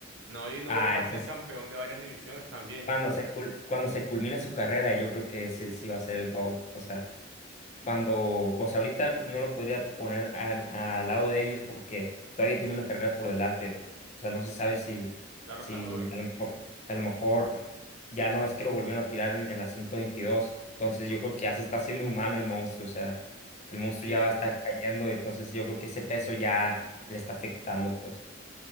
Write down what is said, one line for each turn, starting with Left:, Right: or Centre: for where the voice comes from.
Right: Naoya Inoue
Left: Ah,
Right: es, cam-
Left: ese
Right: es
Left: es
Right: campeón de varias divisiones también.
Left: cuando se cul- cuando se culmine su carrera, yo creo que ese sí va a ser el GOAT. O sea, cuando, o sea, ahorita no lo podría poner a- al lado de ellos porque todavía tiene una carrera por delante. O sea, no se sabe si,
Right: Claro,
Left: si
Right: está joven.
Left: a lo mejor, a lo mejor ya no es que lo volvieron a tirar en, en la 122. Entonces yo creo que ya se está haciendo humano el monstruo. O sea, el monstruo
Right: Sí,
Left: ya va a estar cayendo. Entonces yo creo que ese peso ya le está afectando, pues.